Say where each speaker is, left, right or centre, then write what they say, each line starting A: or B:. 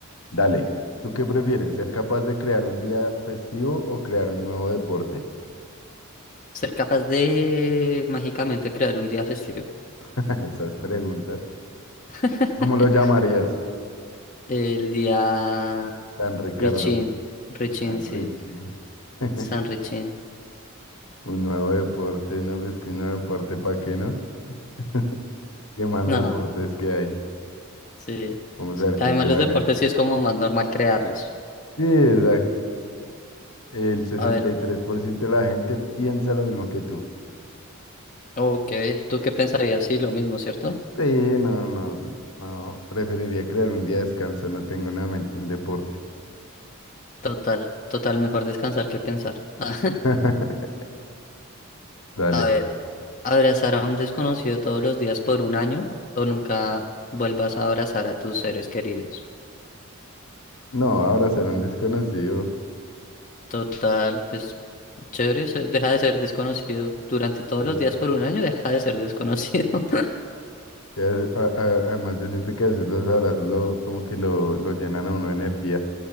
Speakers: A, on the left; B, on the left.
A: Dale. ¿Tú qué prefieres? ¿Ser capaz de crear un día festivo o crear un nuevo deporte?
B: Ser capaz de mágicamente crear un día festivo.
A: <laughs> Esas preguntas.
B: <laughs>
A: ¿Cómo lo llamarías?
B: El día
A: Tan Ricardo,
B: Richin, Richin,
A: tan
B: sí,
A: Richie. <laughs>
B: San Richin.
A: Un nuevo deporte, ¿no? Pues que un nuevo deporte, ¿para qué no? <laughs> ¿Qué mano
B: No,
A: de deportes que hay?
B: sí,
A: Vamos
B: sí.
A: a ver qué
B: Además,
A: dice
B: los
A: la
B: deportes
A: gente.
B: sí es como más normal crearlos.
A: Sí, exacto. El 63%
B: A ver,
A: de la gente piensa lo mismo que tú.
B: ok, ¿tú qué pensarías? Sí, lo mismo, ¿cierto?
A: Sí, no, no, no. Preferiría crear un día de descanso. No tengo en mente un deporte.
B: Total, total, mejor descansar que pensar. <laughs>
A: <laughs> Dale.
B: A ver. Abrazar a un desconocido todos los días por un año o nunca vuelvas a abrazar a tus seres queridos.
A: No, abrazar a un desconocido.
B: Total, pues chévere, se- deja de ser desconocido durante todos
A: Sí.
B: los días por un año, deja de ser desconocido. <laughs>
A: Ya, a- a- además, yo siento que a veces los abrazos lo, como que lo, lo llenan a uno de energía.